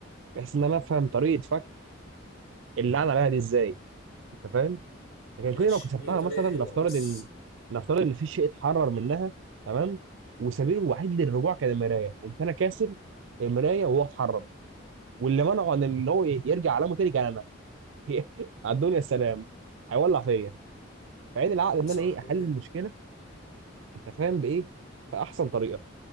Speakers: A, on the right; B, on the left.
A: بحيث ان انا افهم طريقه فك اللي عن عليها دي ازاي انت فاهم لكن
B: ماشي
A: كل لو كسرتها
B: دي طريقة
A: مثلا
B: حلوة
A: نفترض
B: بس
A: ان نفترض ان في شيء اتحرر منها تمام وسبيله الوحيد للرجوع كان المرايه قمت انا كاسر المرايه وهو اتحرر واللي منعه عن ان هو يرجع علامه تاني كان انا <laughs> على الدنيا السلام هيولع فيا فعين العقل ان
B: صح
A: انا ايه احل
B: وجهة
A: المشكله انت فاهم بايه باحسن طريقه